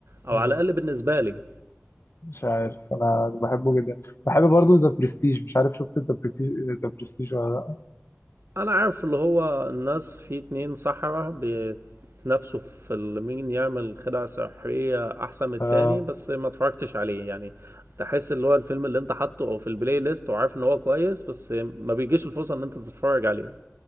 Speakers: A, on the right (about 80°); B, on the left (about 85°).
A: أو
B: مم،
A: على الأقل بالنسبة لي
B: مش عارف أنا بحبه جدا بحب برضو ذا برستيج مش عارف شفت ذا برستيج ذا برستيج ولا لأ
A: انا عارف اللي هو الناس في اتنين سحرة بيتنافسوا في ال- مين يعمل خدعة سحرية احسن من التاني
B: أه
A: بس ما اتفرجتش عليه يعني تحس اللي هو الفيلم اللي انت حاطه أو في البلاي ليست وعارف ان هو كويس بس ما بيجيش الفرصة ان انت تتفرج عليه